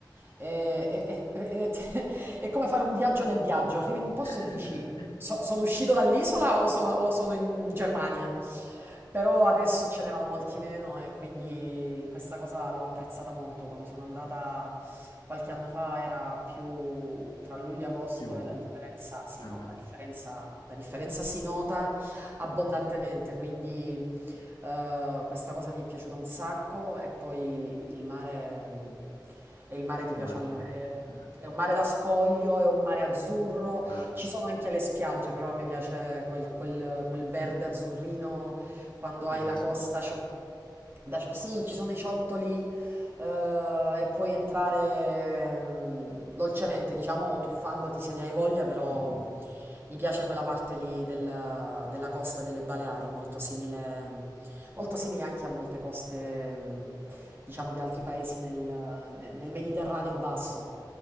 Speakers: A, on the right; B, on the left.
A: E-
B: Ammazza.
A: e- e- e- <laughs> è come fare un viaggio nel viaggio, arrivi in un posto
B: <laughs>
A: e dici... So- sono uscito dall'isola o sono, o sono in Germania? Però adesso ce n'erano molti meno e quindi questa cosa l'ho apprezzata molto. Quando sono andata qualche anno fa era più tra luglio e agosto
B: Più,
A: e la differenza, sì,
B: eh
A: no,
B: beh,
A: la differenza, la differenza si nota abbondantemente, quindi eh, questa cosa mi è piaciuta un sacco e poi il mare mh, è il mare che piace
B: immagino,
A: a me. È,
B: eh,
A: è un mare da scoglio, è un mare azzurro,
B: bello,
A: ci sono anche le spiagge, però a me piace quel quel- quel verde azzurrino quando
B: proprio
A: hai la
B: da scoglio.
A: costa. cio- da- sì, ci sono i ciottoli eh, e puoi entrare mm, dolcemente, diciamo, o tuffandoti se ne hai voglia, però
B: Mhm.
A: mm, mi piace quella parte lì del- della costa delle Baleari, molto simile, mm, molto simile anche a molte coste, mm, diciamo, di altri paesi nel, nel Mediterraneo basso.